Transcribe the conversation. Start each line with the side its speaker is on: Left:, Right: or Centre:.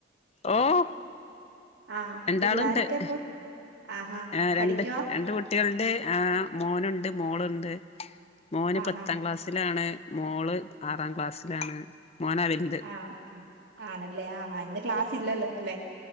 Left: ഓഹ്..
Right: ആഹ്
Left: രണ്ടാള്ണ്ട്
Right: പിള്ളാരൊക്കെ അപ്പൊ
Left: ഹ്
Right: ആഹാ
Left: ആ.. രണ്ട്
Right: പഠിക്കുവാ
Left: രണ്ട് കുട്ട് ട്ട്യൾണ്ട് ആ മോനുണ്ട് മോള്ണ്ട് മോന്
Right: ആഹാ
Left: പത്താം ക്ലാസ് ത്ത്ലാണ് മോള് ആറാം ക്ലാസ്സ്ലാണ് മോനാ അൽദ്.
Right: ആഹ്.. ആണല്ലേ ആ ഹാ ഇന്ന് ക്ലാസ് ഇല്ലല്ലോ അല്ലെ?